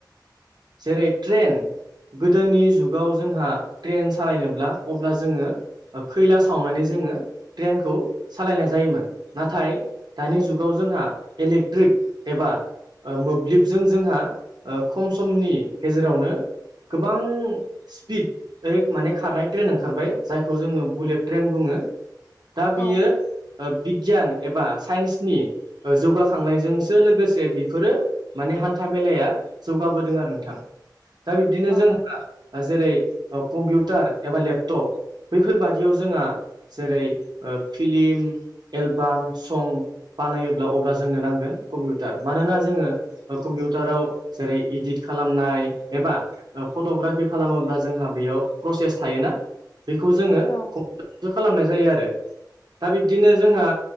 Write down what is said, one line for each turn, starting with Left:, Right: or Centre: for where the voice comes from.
Right: जेरै ट्रेन गोदोनि जुगाव जोंहा ट्रेन सालायनोब्ला अब्ला जोङो खैला सावनानै जोङो ट्रेनखौ सालायनाय जायोमोन नाथाय दानि जुगाव जोंहा इलेक्ट्रिक एबा मोब्लिबजों जोंहा खम समनि गेजेरावनो गोबां स्पिड ओइ माने खारनाय ट्रेन ओंखारबाय जायखौ जोङो बुलेट ट्रेन बुङो दा
Left: औ
Right: बियो बिगियान एबा साइन्सनि जौगाखांनायजोंसो लोगोसे बेफोरो माने हान्था मेलाया जौगाबोदों आरो नोंथां दा बिब्दिनो
Left: औ
Right: जोंहा जेरै कम्पिउटार एबा लेपटप बैफोरबादियाव जोंहा जेरै फिलिम एलबाम सं बानायोब्ला अब्ला जोंनो नांगोन कम्पिउटार मानोना जोङो कम्पिउटाराव जेरै इदिट खालामनाय एबा फट'ग्राफि खालामोब्ला जोंहा बेयाव प्रसेस थायोना बेखौ जोङो
Left: औ
Right: खालामनाय जायो आरो दा बिब्दिनो जोंहा